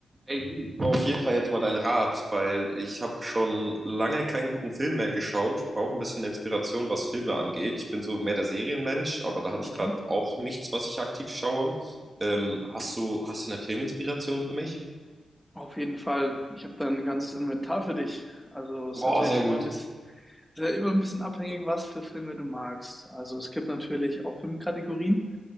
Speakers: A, on the right; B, in the centre.
A: Ey, du, ich brauch auf jeden Fall jetzt mal deinen Rat, weil ich habe schon lange keinen guten Film mehr geschaut, brauche ein bisschen Inspiration, was Filme angeht. Ich bin so mehr der Serienmensch, aber da habe
B: Mhm.
A: ich gerade auch nichts, was ich aktiv schaue. Ähm, hast du, hast du eine Filminspiration für mich?
B: Auf jeden Fall. Ich habe da ein ganzes Inventar für dich. Also es
A: Boah,
B: ist natürlich
A: sehr
B: immer
A: gut.
B: ein bisschen, ist ja immer ein bisschen abhängig, was für Filme du magst. Also es gibt natürlich auch Filmkategorien,